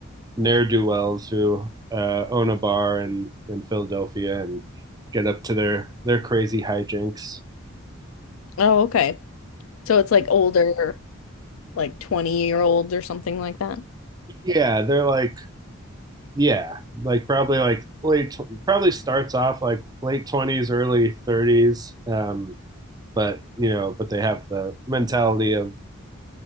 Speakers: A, on the right; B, on the left.
A: ne'er do wells who uh, own a bar in in Philadelphia and get up to their their crazy hijinks.
B: Oh, okay. So it's like older, like 20 year olds or something like that.
A: Yeah, they're like yeah, like probably like late probably starts off like late twenties, early thirties. Um, but you know, but they have the mentality of